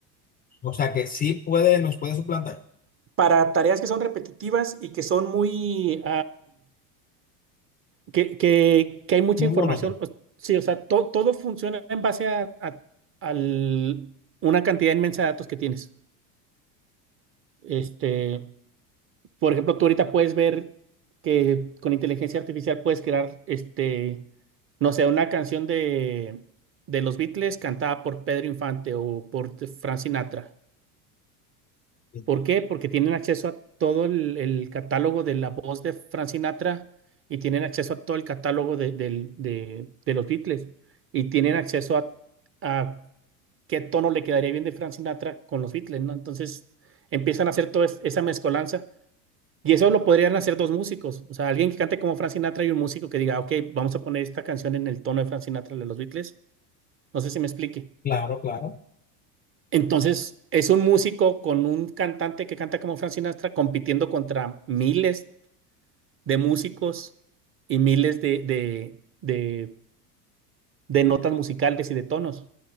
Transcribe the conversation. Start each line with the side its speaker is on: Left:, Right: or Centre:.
Left: O sea, que sí puede, nos puede suplantar.
Right: Para tareas que son repetitivas y que son muy, que, que, que hay mucha
Left: Muy
Right: información.
Left: monótono.
Right: O- Sí, o sea, to- todo funciona en base a, a- al- una cantidad inmensa de datos que tienes. Este, por ejemplo, tú ahorita puedes ver que con inteligencia artificial puedes crear, este, no sé, una canción de, de los Beatles cantada por Pedro Infante o por Frank Sinatra.
Left: Sí.
Right: ¿Por qué? Porque tienen acceso a todo el, el catálogo de la voz de Frank Sinatra y tienen acceso a todo el catálogo de, del- de- de los Beatles y tienen acceso a, a qué tono le quedaría bien de Frank Sinatra con los Beatles, ¿no? Entonces empiezan a hacer toda es- esa mezcolanza y eso lo podrían hacer dos músicos, o sea, alguien que cante como Frank Sinatra y un músico que diga, ok, vamos a poner esta canción en el tono de Frank Sinatra de los Beatles. No sé si me explique.
Left: Claro, claro.
Right: Entonces, es un músico con un cantante que canta como Frank Sinatra compitiendo contra miles de músicos y miles de, de, de- de notas musicales y de tonos.